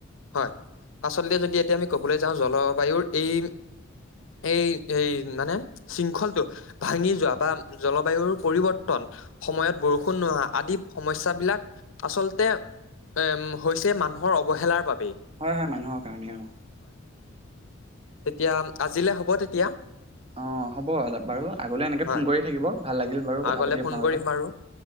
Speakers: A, on the left; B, on the right.
A: হয় আচলতে যদি এতিয়া আমি কবলৈ যাওঁ, জলবায়ুৰ এইম এই এই মানে শৃংখলটো ভাঙি যোৱা বা জলবায়ুৰ পৰিৱৰ্তন সময়ত বৰষুণ নোহোৱা, আদি সমস্যবিলাক আচলতে এম হৈছে মানুহৰ অৱহেলাৰ বাবে।
B: হয় হয় মানুহৰ কাৰণেই আৰু।
A: তেতিয়া, আজিলে হ'ব তেতিয়া।
B: অ' হ'ব বাৰু, আগলৈ এনেকে
A: হয়
B: ফোন কৰি থাকিব। ভাল লাগিল বাৰু কথা
A: আগলে
B: পাতি
A: ফোন
B: আপোনাৰ
A: কৰিম
B: লগত।
A: বাৰু